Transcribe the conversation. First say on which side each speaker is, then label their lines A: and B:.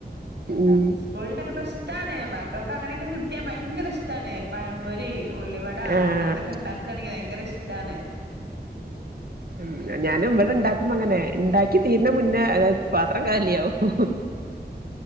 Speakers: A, on the right; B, on the right.
A: ഉം
B: സ്കൂൾട്ട് വരുമ്പോ ഇഷ്ടാണ് മക്കക്ക് അങ്ങനെയൊക്കെ കിട്ട്യാ ഭയങ്കര ഇഷ്ടാണ് പഴമ്പൊരി, ഉള്ളി വ ആ
A: ആഹ്
B: അങ്ങൻത്തൊക്കെ ഇണ്ടാക്കാണെങ്കി ഭയങ്കര ഇഷ്ടാണ്.
A: ഉം ഞാനും ഇവടെ ഇണ്ടാക്കുമ്പങ്ങനെ ഇണ്ടാക്കി തീര്നെ മുന്നേ പാത്രം കാലിയാവും.